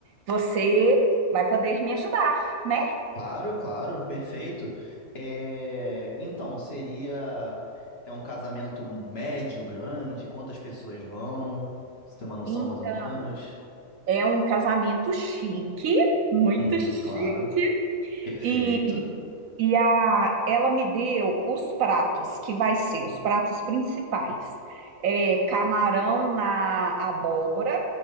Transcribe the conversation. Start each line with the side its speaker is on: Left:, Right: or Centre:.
Right: você vai poder me ajudar, né?
Left: claro, claro, perfeito. É, Então, seria é um casamento médio, grande? Quantas pessoas vão? Você tem uma noção
Right: Então,
Left: mais ou menos?
Right: é um casamento chique, muito
Left: Uhum,
Right: chique.
Left: claro. Perfeito.
Right: E, e a, ela me deu os pratos que vai ser, os pratos principais. É, camarão na abóbora